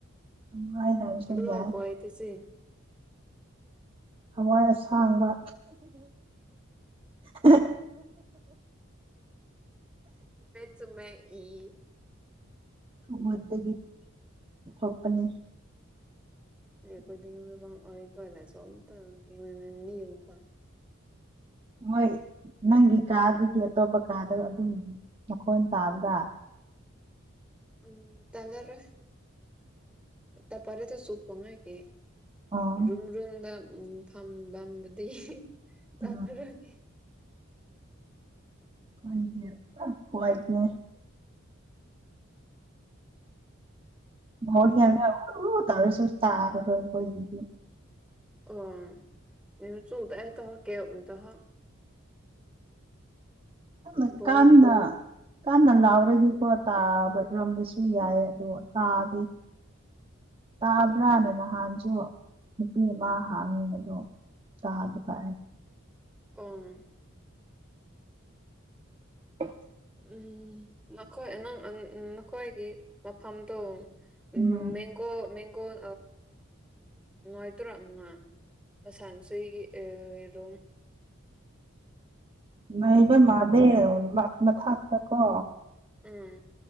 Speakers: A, on the right (about 25°); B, in the centre.
A: ꯍꯋꯥꯏ ꯍꯥꯏꯔꯁꯨ
B: ꯂꯣꯏ
A: ꯌꯥꯏ
B: ꯄꯣꯏꯇ ꯁꯤ
A: ꯍꯋꯥꯏ ꯑꯁꯥꯡꯕ <inaudible>
B: ꯁꯨꯝꯃꯦ ꯏ
A: ꯃꯠꯇꯗꯒꯤ ꯊꯣꯛꯄꯅꯦ
B: <unintelligible> ꯇꯂ ꯆ ꯑꯣ ꯇꯅꯤ ꯌꯦ ꯀꯣ
A: ꯍꯣꯏ ꯅꯪꯒꯤ ꯀꯥꯗꯒꯤ ꯑꯇꯣꯞꯄ ꯀꯥꯗ ꯑꯗꯨꯝ ꯃꯈꯣꯟ ꯇꯥꯕꯒ
B: ꯎꯝ ꯇꯂꯔ ꯇ ꯄꯔꯦꯗ ꯆꯨ ꯋꯥꯉ ꯀꯦ
A: ꯑꯣ
B: ꯔꯨꯝ ꯔꯨꯝ ꯗ ꯎꯝ ꯐꯝꯕꯗꯤ ꯇ
A: ꯑ
B: ꯐꯔ <inaudible>
A: ꯀꯏꯗꯦ ꯀꯏꯗ <inaudible> ꯇ ꯇꯥꯔ ꯑꯣꯏꯕꯗꯤ
B: ꯑ ꯅ ꯆꯗ ꯇ ꯀꯦꯗ ꯕꯣꯜ
A: ꯑ ꯀꯥꯟꯗ ꯀꯥꯟꯟꯅ ꯂꯥꯎꯔꯗꯤꯀꯣ ꯇꯥꯕꯔꯝꯕꯁꯨ ꯌꯥꯏ ꯑꯗ ꯇꯥꯗꯤ ꯇꯥꯕ꯭ꯔꯥꯅꯅ ꯅꯍꯥꯟꯁꯨ ꯅꯨꯄꯤ ꯑꯃ ꯍ ꯃꯗꯨ ꯇꯥꯗ ꯀ
B: ꯑꯥ
A: <inaudible>
B: ꯎ ꯅꯈꯣꯏ ꯑ ꯅꯈꯣꯏꯒꯤ ꯃꯐꯝꯗꯣ ꯎꯝ
A: ꯎꯝ
B: ꯃꯦꯡꯒꯣ ꯃ ꯀꯣꯟ ꯅꯣꯡꯉꯥꯏꯇꯔꯥ ꯑꯃꯉꯥ ꯃꯁꯥꯟꯅꯁꯒꯤꯔꯨꯝ
A: ꯅ ꯏꯒ ꯃꯗꯦ ꯠꯅ ꯊꯥꯛ ꯇ ꯀꯣ
B: ꯑꯥ